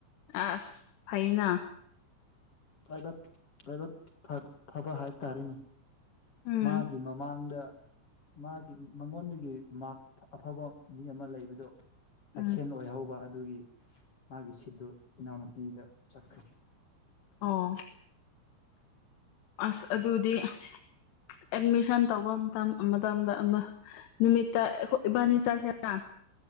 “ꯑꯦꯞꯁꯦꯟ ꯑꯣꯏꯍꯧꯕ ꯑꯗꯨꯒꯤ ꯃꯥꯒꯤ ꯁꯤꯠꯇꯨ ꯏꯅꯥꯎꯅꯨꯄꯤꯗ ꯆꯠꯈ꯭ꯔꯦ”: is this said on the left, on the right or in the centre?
Left